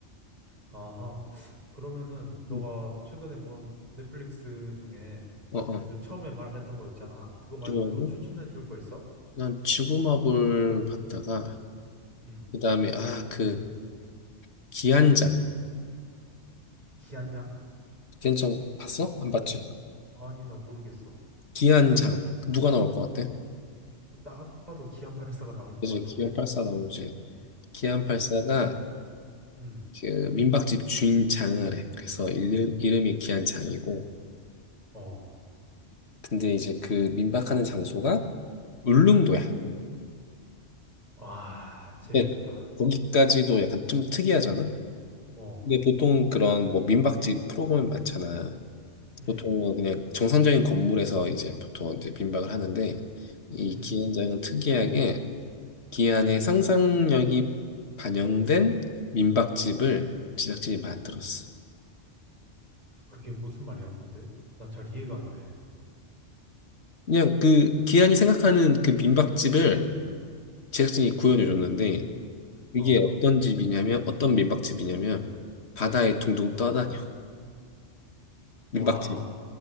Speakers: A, on the right; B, on the left.
A: 아하. 그러면은 너가
B: 응.
A: 최근에 본 넷플릭스 중에
B: 어, 어.
A: 그 처음에 말했던 거 있잖아. 그거 말고
B: 지금
A: 또 추천해 줄 거 있어?
B: 난 지구마블 봤다가
A: 음.
B: 그다음에 아 그 기안장
A: 기안장?
B: 걔는 좀 봤어? 안 봤지?
A: 아니, 나 모르겠어.
B: 기안장 누가 나올 것 같아?
A: 딱 봐도 기안84가 나올 것
B: 그지
A: 같은데?
B: 기안 84 나오지 기안
A: 음,
B: 84가
A: 음.
B: 그 민박집 주인장을 해 그래서 이름, 이름이 기안장이고
A: 어.
B: 근데 이제 그 민박하는 장소가 울릉도야
A: 와, 재밌겠다.
B: 근데 거기까지도 약간 좀 특이하잖아
A: 어.
B: 근데 보통 그런 뭐 민박집 프로그램 많잖아
A: 음,
B: 보통은 그냥 정상적인 건물에서 이제 보통 이제 빈박을 하는데 이
A: 음.
B: 기안장은 특이하게 기안의 상상력이 반영된 민박집을 제작진이 만들었어.
A: 그게 무슨 말이야, 근데? 나 잘 이해가 안 돼.
B: 그냥 그 기안이 생각하는 그 민박집을 제작진이 구현해 줬는데 이게
A: 어.
B: 어떤 집이냐면 어떤 민박집이냐면 바다에 둥둥 떠다녀. <laughs>
A: 와,
B: 민박집.